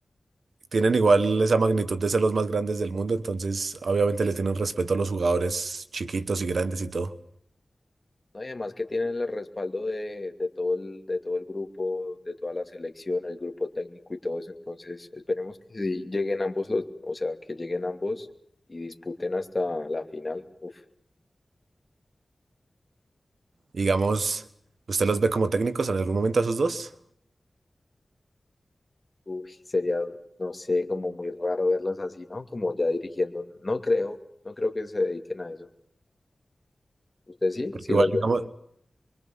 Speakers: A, on the right; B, on the left.
A: tienen igual esa magnitud de ser los más grandes del mundo, entonces obviamente le tienen respeto a los jugadores chiquitos y grandes y todo.
B: No, y además que tienen el respaldo de, de todo el, de todo el grupo, de toda la selección, el grupo técnico y todo eso. Entonces, esperemos que sí lleguen ambos los, o sea, que lleguen ambos y disputen hasta la final. Uf,
A: Digamos, ¿usted los ve como técnicos en algún momento a esos dos?
B: uy, sería, no sé, como muy raro verlos así, ¿no? Como ya dirigiendo. No creo, no creo que se dediquen a eso. ¿Usted sí?
A: Porque
B: Sí
A: igual,
B: los ve.
A: digamos,